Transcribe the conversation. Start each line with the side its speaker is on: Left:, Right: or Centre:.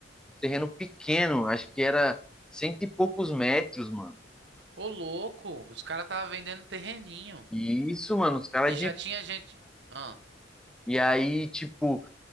Centre: um terreno pequeno, acho que era cento e poucos metros, mano.
Right: Ô, louco, os caras tava vendendo terreninho.
Centre: E isso, mano, os caras
Right: E já
Centre: de
Right: tinha gente. Ah,
Centre: e aí, tipo,